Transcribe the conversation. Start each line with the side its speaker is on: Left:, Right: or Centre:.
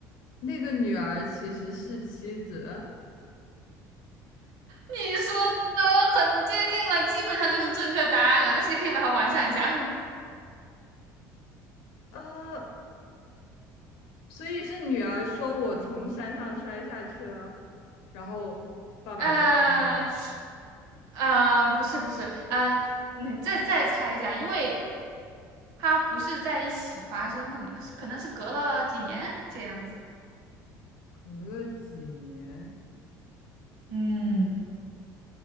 Left: 那个女儿其实是妻子，
Right: 你说的很接近了，基本上就是正确答案了，但是你可以把它完善一下。嗯、
Left: 呃，所以是女儿说我从山上摔下去了，然后爸爸就说
Right: <laughs> 呃嗯，呃不是不是，嗯、你再再猜一下，因为它不是在一起发生的嘛，可能是隔了几年这样子。
Left: 隔了几年，
Right: 嗯，